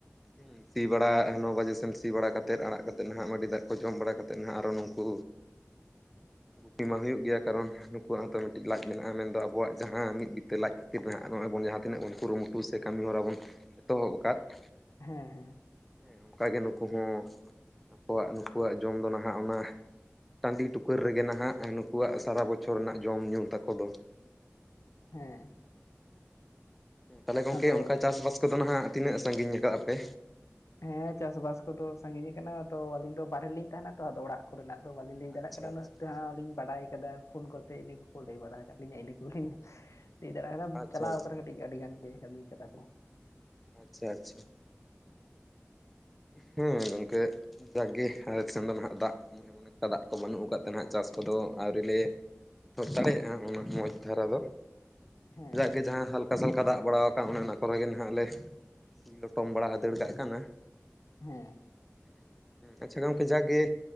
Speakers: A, in the centre; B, on the left.
A: ᱦᱮᱸ ᱥᱤ ᱵᱟᱲᱟ ᱱᱚ ᱵᱟᱡᱮ ᱥᱮᱱ ᱥᱤ ᱵᱟᱲᱟ ᱠᱟᱛᱮᱫ ᱟᱲᱟᱜ ᱠᱟᱛᱮᱫ ᱱᱟᱦᱟᱜ ᱢᱟᱹᱰᱤ ᱫᱟᱜ ᱠᱚ ᱡᱚᱢ ᱵᱟᱲᱟ ᱠᱟᱛᱮᱫ ᱱᱟᱦᱟᱜ ᱟᱨᱚ ᱱᱩᱝᱠᱩ ᱜᱩᱯᱤ ᱢᱟ ᱦᱩᱭᱩᱜ ᱜᱮᱭᱟ ᱠᱟᱨᱚᱱ ᱱᱩᱠᱩᱣᱟᱜ ᱦᱚᱸᱛᱚ ᱢᱤᱫᱴᱤᱡ ᱞᱟᱡ ᱢᱮᱱᱟᱜᱼᱟ ᱢᱮᱱᱫᱚ ᱟᱵᱚᱣᱟᱜ ᱡᱟᱦᱟᱸ ᱢᱤᱫ ᱵᱤᱛᱟᱹ ᱞᱟᱡ <unintelligible> ᱡᱟᱦᱟᱸ ᱛᱤᱱᱟᱹᱜ ᱵᱚᱱ ᱠᱩᱨᱩᱢᱩᱴᱩ ᱥᱮ ᱠᱟᱹᱢᱤ ᱦᱚᱨᱟ ᱵᱚᱱ ᱮᱛᱚᱦᱚᱵ ᱟᱠᱟᱫ ᱾
B: ᱦᱮᱸ ᱦᱮᱸ ᱾
A: ᱦᱮᱸ ᱚᱱᱠᱟᱜᱮ ᱱᱩᱠᱩ ᱦᱚᱸ ᱟᱠᱚᱣᱟᱜ ᱱᱩᱠᱩᱣᱟᱜ ᱡᱚᱢ ᱫᱚ ᱱᱟᱦᱟᱜ ᱚᱱᱟ ᱴᱟᱺᱰᱤ ᱴᱩᱠᱟᱹᱨ ᱨᱮᱜᱮ ᱱᱟᱦᱟᱜ ᱱᱩᱠᱩᱣᱟᱜ ᱥᱟᱨᱟ ᱵᱚᱪᱷᱚᱨ ᱨᱮᱱᱟᱜ ᱡᱚᱢ ᱧᱩ ᱛᱟᱠᱚ ᱫᱚ ᱾
B: ᱦᱮᱸ ᱾
A: ᱛᱟᱦᱚᱞᱮ ᱜᱚᱝᱠᱮ
B: ᱟᱫᱚ
A: ᱚᱱᱠᱟ ᱪᱟᱥᱵᱟᱥ ᱠᱚᱫᱚ ᱱᱟᱦᱟᱜ ᱛᱤᱱᱟᱹᱜ ᱥᱟᱜᱤᱧ ᱠᱟᱜᱼᱟ ᱯᱮ?
B: ᱦᱮᱸ ᱪᱟᱥ ᱵᱟᱥ ᱠᱚᱫᱚ ᱥᱟᱜᱤᱧ ᱟᱠᱟᱱᱟ ᱛᱚ ᱟᱞᱤᱧ ᱫᱚ ᱵᱟᱦᱨᱮ ᱨᱮ ᱞᱤᱧ ᱛᱟᱦᱮᱱᱟ ᱛᱚ ᱟᱫᱚ ᱚᱲᱟᱜ ᱠᱚᱨᱮᱱᱟᱜ ᱫᱚ ᱵᱟᱞᱤᱧ ᱞᱟᱹᱭ
A: ᱟᱪᱪᱷᱟ
B: ᱫᱟᱲᱮᱭᱟᱜ ᱠᱟᱱᱟ
A: ᱟᱪᱪᱷᱟ
B: ᱩᱱᱟᱹᱜ ᱛᱮᱦᱟᱜ ᱞᱤᱧ ᱵᱟᱰᱟᱭ ᱠᱟᱫᱟ ᱾ ᱯᱷᱳᱱ ᱠᱚᱛᱮ ᱤᱱᱟᱹ ᱠᱚᱠᱚ ᱞᱟᱹᱭ ᱵᱟᱲᱟ ᱟᱠᱟᱫ ᱞᱤᱧᱟᱹ ᱤᱱᱟᱹ ᱠᱚᱜᱤᱧ ᱞᱟᱹᱭ ᱫᱟᱲᱮᱭᱟᱜ ᱠᱟᱱᱟ
A: ᱟᱪᱪᱷᱟ
B: ᱪᱟᱞᱟᱣ <unintelligible> ᱟᱠᱟᱨᱮ ᱠᱟᱹᱴᱤᱡ‌ ᱟᱹᱰᱤ ᱜᱟᱱ ᱜᱮ ᱠᱟᱹᱢᱤ ᱠᱟᱫᱟ ᱠᱚ ᱾
A: ᱟᱪᱪᱷᱟ ᱟᱪᱪᱷᱟ ᱾ ᱦᱮᱸ ᱜᱚᱝᱠᱮ ᱡᱟᱠ ᱜᱮ ᱟᱨᱮᱠᱥ ᱥᱮᱱ ᱫᱚ ᱱᱟᱦᱟᱜ ᱫᱟᱜ ᱛᱮᱢᱚᱱ ᱮᱠᱴᱟ ᱫᱟᱜ ᱠᱚ ᱵᱟᱹᱱᱩᱜ ᱟᱠᱟᱫ ᱛᱮ ᱱᱟᱦᱟᱜ ᱪᱟᱥ ᱠᱚᱫᱚ ᱟᱹᱣᱨᱤ ᱞᱮ ᱚᱛ ᱫᱟᱲᱮᱭᱟᱜᱼᱟ ᱚᱱᱟᱱᱟᱹᱜ ᱢᱚᱡᱽ ᱫᱷᱟᱨᱟ ᱫᱚ,
B: ᱦᱮᱸ
A: ᱡᱟᱜᱟᱜ ᱜᱮ ᱡᱟᱦᱟᱸ ᱦᱟᱞᱠᱟ᱾ ᱪᱟᱥ ᱠᱮᱠᱟ ᱫᱟᱜ ᱵᱟᱲᱟ ᱟᱠᱟᱱ ᱚᱱᱮ ᱚᱱᱟ ᱠᱚᱨᱮ ᱜᱮ ᱱᱟᱦᱟᱜ ᱞᱮ ᱥᱤ ᱞᱚᱴᱚᱢ ᱵᱟᱲᱟ ᱦᱟᱛᱟᱲ ᱠᱟᱜ ᱠᱟᱱᱟ ᱾
B: ᱦᱮᱸ
A: ᱟᱪᱪᱷᱟ ᱜᱚᱢᱠᱮ ᱡᱟᱠ-ᱜᱮᱼᱼ